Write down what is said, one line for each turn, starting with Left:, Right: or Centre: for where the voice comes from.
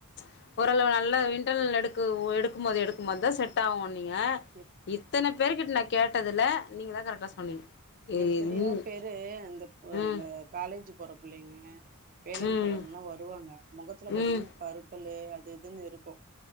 Left: ம்ச் ஓரளவு நல்ல இன்டர்னல் எடு எடுக்கும் போது எடுக்கும் போதுதா செட் ஆவு என்னிங்க
Right: எப்
Left: இத்தன பேருர்கிட்ட நா கேட்டதுல நீங்க தா கரெக்டா சொன்னீங்க ஏ
Right: எத்தனையோ
Left: ம்
Right: பேரு அந்த
Left: ம்
Right: அந்த காலேஜ் போற புள்ளைங்க வேலைக்கு
Left: ம்
Right: போறவங்கலா வருவாங்க முகத்துல பாத்தீங்கன்னா
Left: ம்
Right: பருக்களு அது இதுன்னு இருக்கு